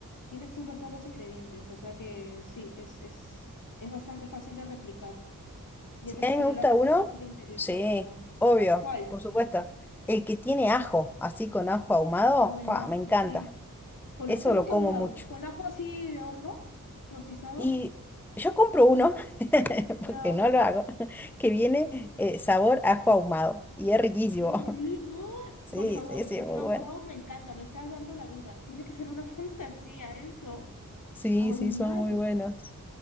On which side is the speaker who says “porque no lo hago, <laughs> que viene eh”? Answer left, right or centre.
Centre